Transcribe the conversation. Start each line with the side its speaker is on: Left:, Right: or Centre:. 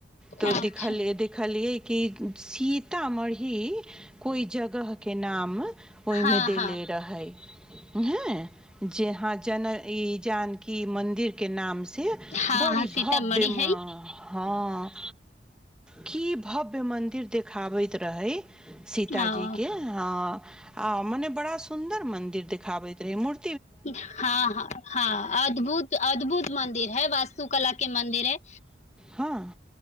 Centre: तो
Left: अच्छा
Centre: दिखअ देखिलियै की शी सीतामढ़ी कोइ जगह के नाम ओहिमे
Left: हँ
Centre: देले
Left: हँ
Centre: रहै हँ जेहाँ जन ई जानकी मन्दिर के नाम से
Left: हँ
Centre: बड़ी
Left: हँ
Centre: भव्य
Left: सीतामढ़ी
Centre: म
Left: हई
Centre: हँ की भव्य मन्दिर देखाबैत रहै सीतााजी
Left: ओ
Centre: के ह ह मने बड़ा सुंदर मंदिर देखाबैत रहे मूर
Left: हँ हँ हँ अद्भुत अद्भुत मन्दिर हई वास्तु कला के मन्दिर हई
Centre: हँ